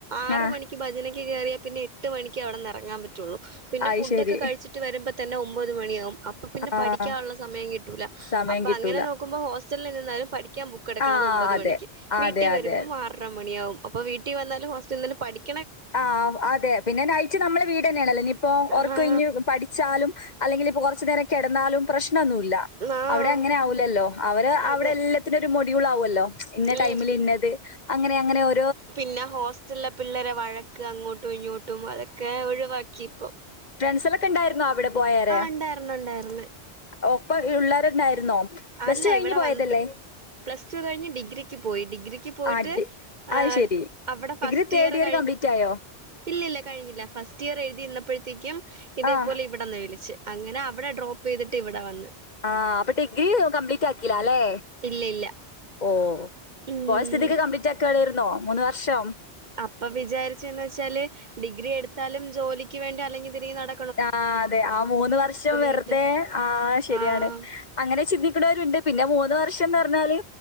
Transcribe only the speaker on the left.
ആഹ്
അത്
ശരി
ആഹ്
സമയം
കിട്ടൂല
ആഹ്
അതെ
അതെ
അതെ
ആ അതെ പിന്നെ നൈറ്റ് നമ്മളെ വീടെന്നേണല്ലോ ഇനിയിപ്പോ
ഒറക്കൊയിഞ്ഞ് പഠി ച്ചാലും അല്ലെങ്കിലിപ്പോ കൊറച്ചു നേരം കെടന്നാലും പ്രശ്നൊന്നുല്ല
അവടെ അങ്ങനെ ആവൂല്ലല്ലോ അവര് അവടെ
എല്ലാത്തിനൊരു മൊഡ്യുളാവല്ലോ ഇന്ന
ടൈമില് ഇന്നത് അങ്ങനെ അങ്ങനെ ഒ
ഫ്രണ്ട്സെളൊക്കെ ഇണ്ടായിരുന്നോ അവടെ പോയൊരെ
ഒപ്പം ഇള്ളോരെന്നെയായിരുന്നോ പ്ലസ്
ടു കഴിഞ്ഞ്
പോയതല്ലേ
അടി
അത് ശരി.
ഡിഗ്രി തേർഡ്
കംപ്ലീറ്റ് ആയോ?
ആഹ്
ആ അപ്പൊ ഡിഗ്രി കംപ്ലീറ്റ് ആക്കിലാല്ലേ
ഓ
പോയ സ്ഥിതിക്ക് കംപ്ലീറ്റ് ആക്കലായിരുന്നോ മൂന്ന് വർഷം
ആഹ് അതെ ആ മൂന്ന് വർഷം വെറ്തെ
ആഹ് ശരിയാണ്
അങ്ങനെ ചിന്തിക്കുണോര്ണ്ട് പിന്നെ മൂന്ന് വർഷംന്ന് പറഞ്ഞാല്